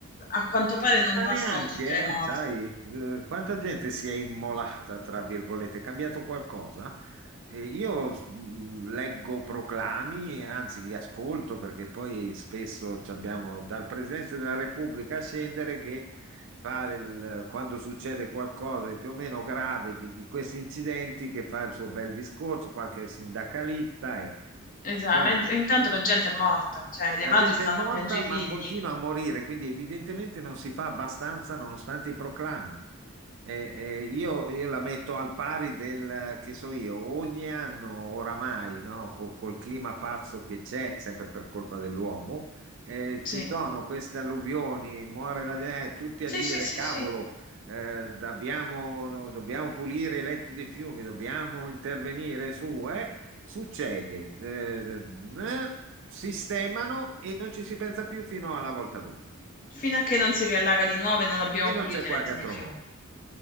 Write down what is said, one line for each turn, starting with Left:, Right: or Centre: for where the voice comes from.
Left: A quanto pare non
Right: Ma
Left: bastano
Right: neanche,
Left: tutte le morti.
Right: eh, sai, eh, quanta gente si è immolata, tra virgolette, è cambiato qualcosa? Eh, io mh, leggo proclami, anzi li ascolto perché poi spesso ci abbiamo dal Presidente della Repubblica a scendere che fa il- quando succede qualcosa di più o meno grave di, di questi incidenti che fa il suo bel discorso, qualche sindacalista e
Left: Esatto,
Right: boh.
Left: ma intanto la gente è morta, cioè le
Right: La
Left: madri
Right: gente
Left: stanno
Right: è morta,
Left: a piangere i
Right: ma
Left: figli.
Right: continua a morire, quindi evidentemente non si fa abbastanza nonostante i proclami. Eh, eh, io, io la metto al pari del, che so io, ogni anno oramai, no, co- col clima pazzo che c'è, sempre per colpa dell'uomo, eh,
Left: Sì,
Right: ci sono queste alluvioni, muore la gente, eh, tutti
Left: sì,
Right: a dire,
Left: sì, sì,
Right: cavolo,
Left: sì.
Right: eh, dobbiamo, no, dobbiamo pulire i letti dei fiumi, dobbiamo intervenire su, eh? Succede, eh, eh, sistemano e non ci si pensa più fino alla volta dopo.
Left: Fino a che non si riallaga di nuovo e non abbiamo
Right: E non
Left: pulito
Right: c'è qualche
Left: i letti
Right: altro
Left: di fiume.
Right: modo.